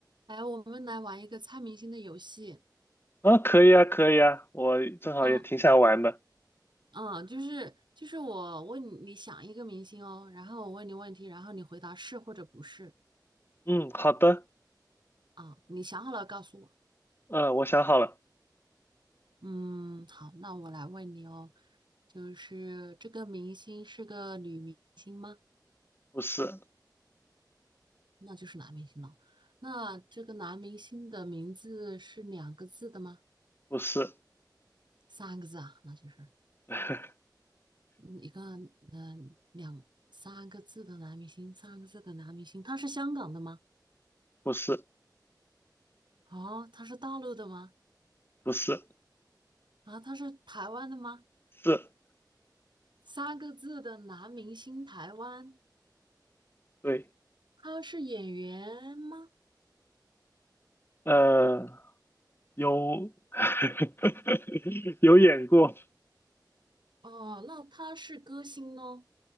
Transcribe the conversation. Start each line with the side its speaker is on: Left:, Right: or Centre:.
Right: 哎，我们来玩一个猜明星的游戏。
Left: 啊，可以啊，可以啊，我正好也挺想玩的。
Right: 哦，嗯，就是就是我问你，你想一个明星哦，然后我问你问题，然后你回答是或者不是
Left: 嗯，好的，
Right: 啊。你想好了告诉我。
Left: 嗯，我想好了，
Right: 嗯，好，那我来问你哦，就是这个明星是个女明星吗？
Left: 不是，
Right: 那就是男明星了。那这个男明星的名字是两个字的吗？
Left: 不是，
Right: 三个字啊，那就是
Left: <laughs>
Right: 嗯一个嗯、两三个字的男明星，三个字的男明星，他是香港的吗？
Left: 不是，
Right: 哦，他是大陆的吗？
Left: 不是，
Right: 啊，他是台湾的吗？
Left: 是，
Right: 三个字的男明星，台湾，
Left: 对，
Right: 他是演员吗？
Left: 呃，有，<laughs> 有演过，
Right: 哦，那他是歌星哦。